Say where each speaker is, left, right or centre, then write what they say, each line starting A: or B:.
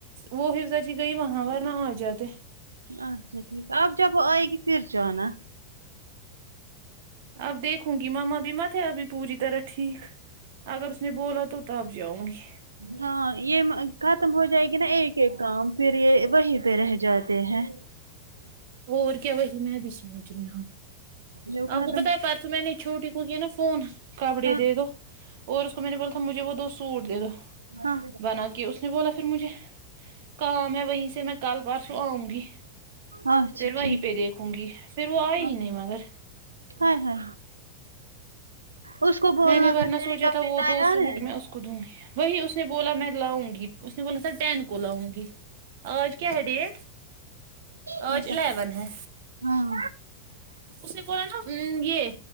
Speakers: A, on the right (about 50°); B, on the right (about 75°).
A: وہ حفظہ جی گئی وہاں ورنہ آ جاتے
B: اچھا ٹھیک آپ جب آئے گی پھر جانا
A: اب دیکھوں گی مما بھی مت ا تھے ابھی پوری طرح ٹھیک اگر اس نے بولا تو تب جاؤں گی
B: ہاں یہ ختم ہو جائے گے نا ایک ایک کام پھر یہ وہیں پہ رہ جاتے ہیں
A: اور کیا وہی میں بھی سمچ رہی ہو
B: جو
A: آ
B: ختم
A: پکو پتا ہے پرسو میں نے چھوٹی کو یہ نا فون کپڑے
B: ہاں
A: دے دو اور اس کو میں نے بولا تھا مجھے وہ دو سوٹ دے دو
B: ہاں
A: بنا کے اس نے بولا پھر مجھے کام ہے وہیں سے میں کل پرسوں آؤں گی
B: اچھا
A: پھر وہیں
B: ٹھیک
A: پہ دیکھوں گی پھر وہ آئی
B: ہ
A: ہی نہیں مگر
B: ہ ہ اس کو بولنا
A: میں نے ورنہ
B: تھا تیرے
A: سوچا
B: کپڑے
A: تھا وہ
B: تیار
A: دو سوٹ
B: ہے
A: میں اس کو دوں گی وہی اس نے بولا میں لاؤں گی اس نے بولا تھا ٹین کو لاؤں گی آج کیا ہے ڈیٹ
B: پتا
A: آج الیون ہے
B: ہاں
A: اس نے بولا نا یہ